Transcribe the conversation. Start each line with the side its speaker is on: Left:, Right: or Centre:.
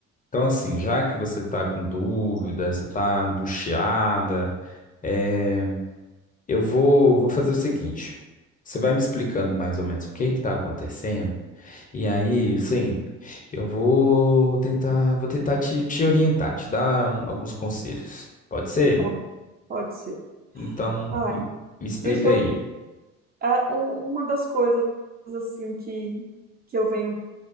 Left: então assim, já que você tá com dúvida, você tá angustiada, é, eu vou, vou fazer o seguinte. Você vai me explicando mais ou menos o que que tá acontecendo? E aí, assim, eu vou tentar, vou tentar te, te orientar, te dar um- alguns conselhos. Pode ser?
Right: Tá bom, Pode ser.
Left: Então,
Right: Ai,
Left: m- me explica
Right: deixa eu
Left: aí.
Right: ver. Ah, um- uma das coisas assim que que eu venho